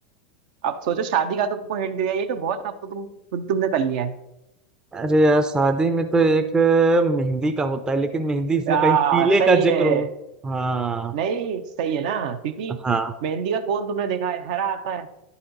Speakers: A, on the right; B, on the right.
A: अब सोचो शादी का तुमको हिंट दिया ये तो बहुत अब तो तुम खुद तुमने कर लिया है
B: अरे यार शादी में तो एक अ, मेहंदी का होता है लेकिन मेहंदी इसमें
A: आ,
B: कहीं पीले
A: सही
B: का
A: है
B: जिक्र हो हाँ
A: नहीं सही है ना क्योंकि
B: हाँ
A: मेहंदी का कोन तुमने देखा है हरा आता है